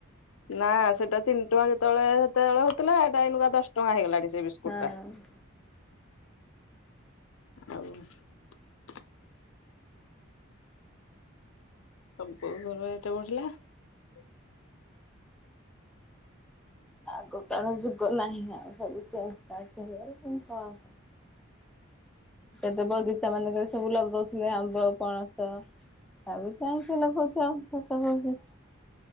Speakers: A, on the left; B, in the centre.
A: ନା, ସେଟା ତିନି ଟଙ୍କା ଯେତେବେଳେ ସେତେବେଳେ ହଉଥିଲା ଏଇଟା ଏଇନୁକା ଦଶ ଟଙ୍କା ହେଇଗଲାଣି। ସେ ବିସ୍କୁଟ
B: ହଁ
A: ଟା। ଆଉ । ଶୋନପୁର ରେ । କେତେ ବଢିଲା ।
B: ଆଗ କାଳ ଯୁଗ । ନାହିଁ ଆଉ ସବୁ ତ ଚାଲିଚି ସିଆଡେ ମୁ କଣ କ। ଏବେ ବଗିଚା ମାନଙ୍କରେ ସବୁ ଲଗଉଥିବେ ଆମ୍ବ ପଣସ ଆମେ କାହିଁ କିଏ ଲଗଉଛ ଆଉ ଫସଲ କରୁଛି ।